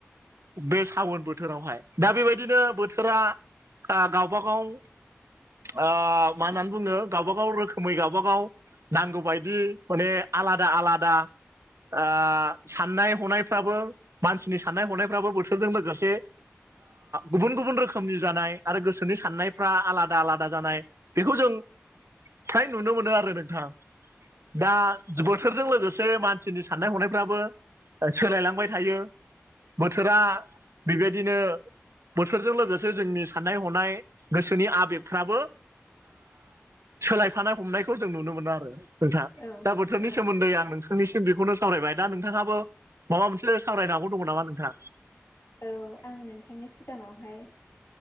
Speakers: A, on the right; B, on the left.
A: बे सावोन बोथोरावहाय दा बेबायदिनो बोथोर फोरा ओ गावबा गाव ओ मा होननानै बुङो गावबा गाव रोखोमै गावबा गाव नांगौबायदि माने आलादा आलादा ओ साननाय हनायफ्राबो मानसिनि साननाय हनायफ्राबो बोथोरजों लोगोसे गुबुन गुबुन रोखोम सोमजिजानाय आरो गोसोनि साननायफ्रा आलादा आलादा जानाय बेखौ जों फ्राय नुनो मोनो आरो नोंथाङा दा बोथोर जों लोगोसे मानसिनि साननाय हनायफ्राबो सोलायलांबाय थायो‌। बोथोरा बेबायदिनो बोथोरजों लोगो से जोंनि साननाय हनाय गोसोनि आबेगफ्राबो सोलायफानाय हमनायखौ जों नुनो मोनो आरो नोंथां
B: औ
A: दा बोथोरनि
B: औ
A: सोमोन्दै आं नोंथांनिसिम बेखौनो सावरायबाय दा नोंथाङाबो माबा मोनसे सावरायनांगौ दङ नामा नोंथा?
B: औ आं नोंथांनि सिगाङावहाय